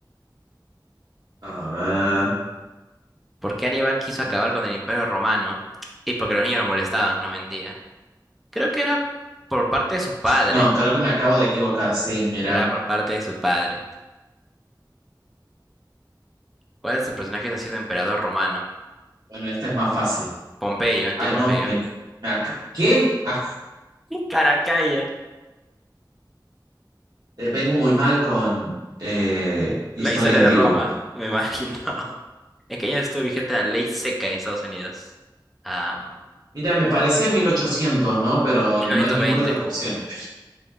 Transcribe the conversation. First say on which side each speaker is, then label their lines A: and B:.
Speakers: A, on the right (about 60°); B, in the centre.
A: A ver.
B: ¿Por qué Aníbal quiso
A: ¿por
B: acabar
A: qué?
B: con el Imperio Romano? Y porque los niños lo molestaban, no mentira. Creo que era por parte de su padre.
A: No, creo que me acabo de equivocar. Sí, mira.
B: Era por parte de su padre. ¿Cuál de sus personajes ha sido emperador romano?
A: Bueno, este es más fácil.
B: Pompeyo, Anticonfeo.
A: Ay, no. Me, me ac- ¿Qué? Ah,
B: Caracalla.
A: eh, vengo muy mal con eh, historia
B: La historia
A: antigua.
B: de Roma, me imagino. <laughs> ¿En qué año estuvo vigente la ley seca en Estados Unidos? Ah,
A: Mira, me parecía 1800, ¿no? Pero
B: 1920.
A: no es ninguna de las opciones.